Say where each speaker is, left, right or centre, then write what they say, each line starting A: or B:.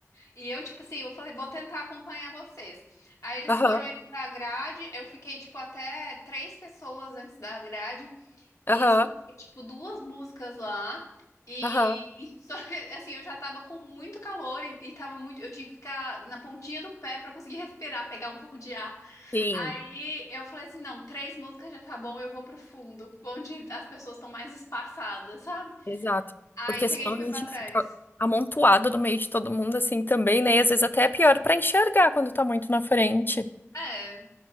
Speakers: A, on the left; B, on the left.
A: E eu, tipo assim, eu falei, vou tentar acompanhar vocês. Aí eles
B: aham,
A: foram indo pra grade, eu fiquei, tipo, até três pessoas antes da grade e
B: aham,
A: escutei, tipo, duas músicas lá. E,
B: aham.
A: e <laughs> só que, assim, eu já tava com muito calor e, e tava muito. Eu tinha que ficar na pontinha do pé pra conseguir respirar, pegar um pouco de ar.
B: Sim.
A: Aí eu falei assim: não, três músicas já tá bom, eu vou pro fundo, onde as pessoas estão mais espaçadas, sabe?
B: Exato.
A: Aí
B: Porque
A: peguei
B: senão
A: e fui
B: a
A: pra
B: gente
A: trás.
B: fica amontoado no meio de todo mundo assim também, né? E às vezes até é pior pra enxergar quando tá muito na frente.
A: É,